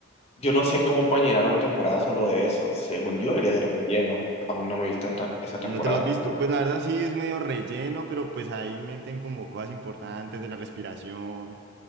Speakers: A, on the left; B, on the right.
A: yo no sé cómo pueden llenar una temporada solo de eso. Según yo, debería ser relleno. Aún no me he visto esta- esa temporada.
B: No te lo has visto. Pues la verdad sí es medio relleno, pero pues ahí meten como cosas importantes de la respiración,